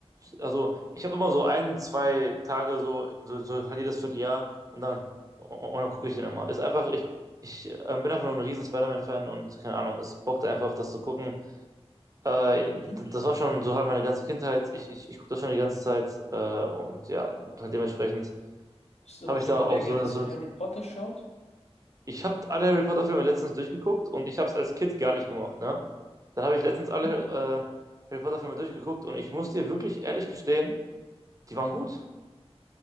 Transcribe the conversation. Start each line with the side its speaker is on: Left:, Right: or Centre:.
Right: also ich habe immer so ein, zwei Tage so, so, so halt jedes Vierteljahr und dann, und, und dann gucke ich den immer. Ist einfach, ich, ich ähm, bin einfach nur ein riesen Spider-Man-Fan und keine Ahnung, es bockt einfach, das zu gucken. Äh,
Left: Mhm.
Right: d- das war schon so halt meine ganze Kindheit. Ich, ich, ich gucke das schon die ganze Zeit äh, und ja, halt dementsprechend
Left: Bist du noch
Right: habe ich
Left: jemand,
Right: da auch
Left: der gerne
Right: so eine,
Left: so
Right: so eine
Left: Harry Potter schaut?
Right: ich habe alle Harry Potter Filme letztens durchgeguckt und ich habe es als Kind gar nicht gemacht, ne? Dann habe ich letztens
Left: Mhm.
Right: alle äh, Harry Potter Filme durchgeguckt und ich muss dir wirklich ehrlich gestehen, die waren gut.